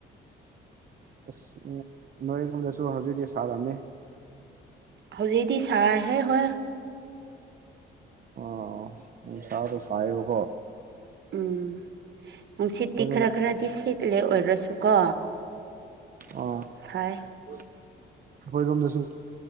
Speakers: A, on the right; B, on the right.
A: ꯑꯁ ꯅꯣꯏꯔꯣꯝꯗꯁꯨ ꯍꯧꯖꯤꯛꯤ ꯁꯥꯔꯝꯑꯅꯤ
B: ꯍꯧꯖꯤꯛꯗꯤ ꯁꯥꯏꯍꯦ ꯍꯣꯏ
A: ꯑꯥ ꯅꯨꯡꯁꯥꯗꯣ ꯁꯥꯏꯌꯦꯕꯀꯣ
B: ꯎꯝ ꯅꯨꯡꯁꯤꯠꯇꯤ
A: ꯑꯩꯈꯣꯏꯔꯣꯝꯗ
B: ꯈꯔ ꯈꯔꯗꯤ ꯁꯦꯠꯂꯦ ꯑꯣꯏꯔꯁꯨꯀꯣ
A: ꯑꯥ
B: ꯁꯥꯏ
A: ꯑꯩꯈꯣꯏꯔꯣꯝꯗꯁꯨ